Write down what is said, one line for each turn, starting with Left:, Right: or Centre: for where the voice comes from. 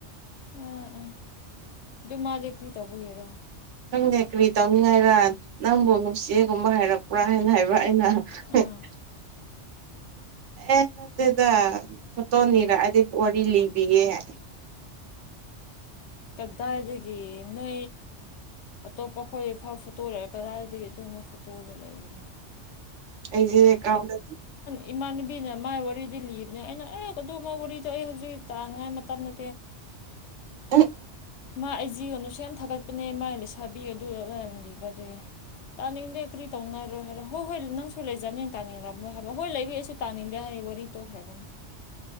Left: ꯎꯝ ꯎꯝ ꯑꯗꯨ ꯃꯥꯗꯤ ꯀꯔꯤ ꯇꯧꯕꯒꯦꯔꯣ
Right: ꯈꯪꯗꯦ ꯀꯔꯤ ꯇꯧꯅꯤꯡꯉꯥꯏꯔ ꯅꯪꯕꯨ ꯅꯨꯡꯁꯤꯌꯦꯒꯨꯝꯕ ꯍꯥꯏꯔꯛꯄ꯭ꯔꯥ ꯍꯥꯏꯅ ꯍꯥꯏꯕ꯭ꯔꯥ ꯑꯩꯅ ꯍ <unintelligible>
Left: ꯑꯥ
Right: <inaudible>
Left: <unintelligible> <inaudible>
Right: ꯑꯦ ꯅ ꯑꯗꯨꯗ ꯐꯣꯇꯣꯅꯤꯔꯛꯑꯗꯤ ꯋꯥꯔꯤ ꯂꯤꯕꯤꯌꯦꯦ
Left: ꯀꯗꯥ ꯍꯥꯏꯗꯒꯤ ꯏ ꯅ ꯑꯇꯣꯞꯄ ꯑꯩꯈꯣꯏꯐ ꯐꯣꯇꯣ ꯂꯩꯔꯦ ꯀꯗꯥꯥꯏꯗꯒꯤ ꯑꯗꯨꯒꯨꯝꯕ ꯐꯣꯇꯣꯗ ꯂꯩꯒꯅꯣ
Right: ꯑꯩꯒꯤ ꯀꯗꯦ
Left: ꯏꯃꯥꯟꯅꯕꯤꯅ ꯃꯥꯏ ꯋꯥꯔꯤꯗꯤ ꯂꯤꯕꯅꯦ ꯑꯩꯅ ꯑꯦ ꯀꯗꯧꯃ ꯋꯥꯔꯤꯗꯣ ꯑꯩ ꯍꯧꯖꯤꯛ ꯇꯥꯅꯉꯥꯏ ꯃꯇꯝꯗ
Right: ꯑ <unintelligible> <inaudible>
Left: ꯃꯥ ꯑꯩ ꯖꯤꯣꯟꯗꯁꯨ ꯌꯥꯝ ꯊꯥꯒꯠꯄꯅꯦ ꯃꯥꯥꯏ ꯂꯩꯁꯥꯕꯤ ꯑꯗꯨ ꯂꯩꯔꯝꯕꯤꯕ ꯑꯗꯨ ꯇꯥꯅꯤꯡꯗꯦ ꯀ꯭ꯔꯤ ꯇꯧꯅꯔꯣꯏ ꯍꯥꯏꯔꯣ ꯍꯣꯏ ꯍꯣꯏ ꯅꯪꯁꯨ ꯂꯩꯖꯕꯅꯦ ꯇꯥꯅꯤꯡꯔꯝꯃꯣꯏ ꯍꯥꯏꯕ ꯍꯣꯏ ꯂꯩꯕꯏ ꯑꯩꯁꯨ ꯇꯥꯅꯤꯡꯗꯦ ꯍꯥꯏ ꯋꯥꯔꯤꯔꯤ ꯇꯣꯛꯈ꯭ꯔꯕꯨꯝ